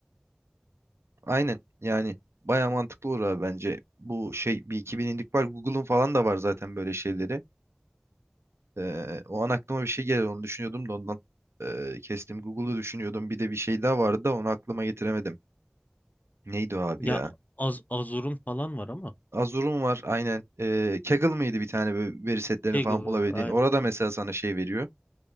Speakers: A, on the right; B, on the left.
A: Aynen yani baya mantıklı olur abi bence. Bu şey bir 2000'lik var Google'un falan da var zaten böyle şeyleri. Ee, o an aklıma bir şey gelir onu düşünüyordum da ondan ee, kestim. Google'u düşünüyordum bir de bir şey daha vardı da onu aklıma getiremedim. Neydi o abi
B: Ya
A: ya?
B: Az Azur'un falan var ama
A: Azure'un var aynen. Ee, Kaggle mıydı bir tane böyle veri setlerini
B: Kaggle
A: falan bulabildiğin.
B: var
A: Orada
B: aynen.
A: mesela sana şey veriyor.